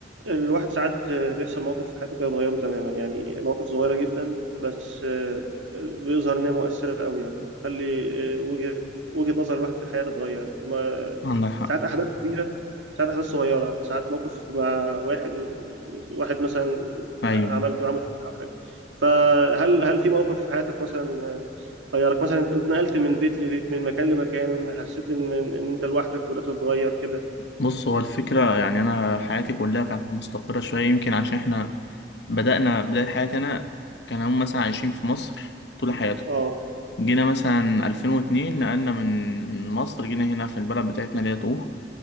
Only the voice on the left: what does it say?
عندك حق
أيوة
بص هو الفكرة يعني أنا حياتي كلها كانت مستقرة شوية يمكن عشان إحنا بدأنا بداية حياتي أنا كان هم مثلا عايشين في مصر طول حياتهم
جينا مثلا 2002 نقلنا من مصر جينا هنا في البلد بتاعتنا اللي هي طوخ